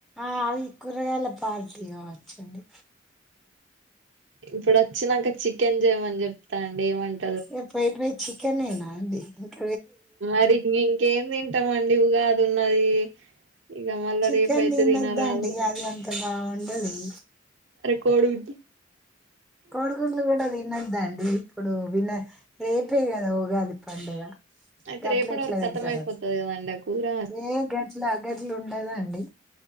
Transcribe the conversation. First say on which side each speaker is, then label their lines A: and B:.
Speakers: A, in the centre; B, on the right (about 75°).
A: ఆ అవి కూరగాయల పార్టీ గావచ్చండి
B: ఇప్పుడొచ్చినంక చికెన్ చేయమని చెప్తా అండి ఏమంట్
A: ఏ పొయ్ పొయ్ చికెనేనా అండి ఇంక
B: మరి మింకేమిన్ చట్టమండిగాది ఉన్నది ఇక మళ్ళా
A: చికెన్
B: రేపయితే
A: తినద్ద
B: తినరాదు
A: అండి అది అంత బాగుండది
B: కోడుగుడ్డు
A: కోడి గుడ్లు తినొదండి అండి ఇప్పుడు విన రేపే కదా ఉగాది పడుగ
B: అయితే
A: గట్లు
B: రేపటి
A: ఎట్లా
B: వరకు కతం
A: తింటారు
B: అయిపోతది
A: అది
B: కదండి ఆ కూర
A: ఏ గట్లు అ గట్లు ఉండదా అండి